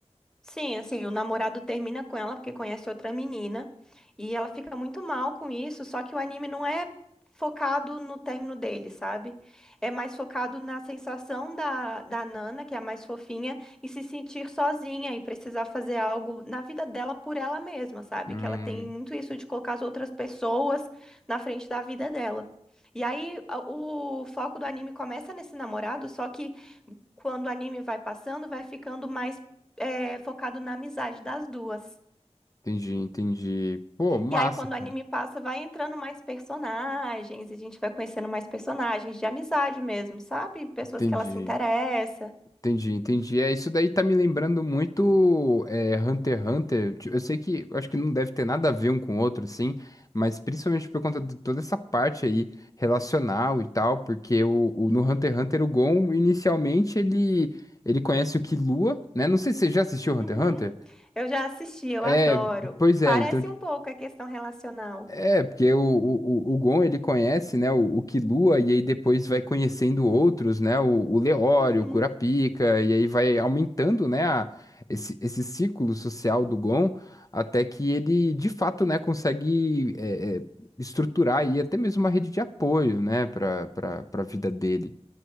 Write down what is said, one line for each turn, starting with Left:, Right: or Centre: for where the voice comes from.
Centre: Sim, assim, o namorado termina com ela porque conhece outra menina e ela fica muito mal com isso, só que o anime não é focado no término dele, sabe? É mais focado na sensação da, da Nana, que é a mais fofinha, e se sentir sozinha e precisar fazer algo na vida dela por ela mesma, sabe?
Left: Hum,
Centre: Que ela tem muito isso de colocar as outras pessoas na frente da vida dela. E aí a- o foco do anime começa nesse namorado, só que quando o anime vai passando, vai ficando mais é, focado na amizade das duas.
Left: entendi, entendi. Pô, massa,
Centre: E aí, quando
Left: cara.
Centre: o anime passa, vai entrando mais personagens, e a gente vai conhecendo mais personagens de amizade mesmo, sabe? Pessoas
Left: Entendi.
Centre: que ela se interessa.
Left: Entendi, entendi. É, isso daí tá me lembrando muito é, Hunter x Hunter. Tipo, Eu sei que eu acho que não deve ter nada a ver um com o outro, assim, mas principalmente por conta de toda essa parte aí relacional e tal, porque o, o- no Hunter x Hunter o Gon inicialmente ele ele conhece o Killua, né? Não sei se você já assistiu
Centre: Uhum.
Left: Hunter x Hunter.
Centre: Eu já assisti, eu
Left: É,
Centre: adoro.
Left: pois é,
Centre: Parece
Left: então
Centre: um pouco a questão relacional.
Left: é, porque o, o, o o Gon ele conhece, né, o, o Killua, e aí depois vai conhecendo outros, né, o, o Leório,
Centre: Uhum.
Left: o Kurapika, e aí vai aumentando, né, a- esse, esse círculo social do Gon, até que ele, de fato, né, consegue é, é, estruturar aí até mesmo uma rede de apoio, né, para para a vida dele.